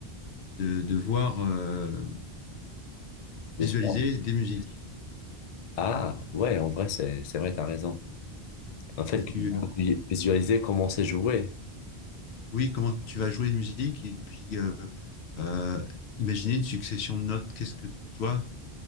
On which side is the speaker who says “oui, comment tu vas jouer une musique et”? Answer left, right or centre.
Left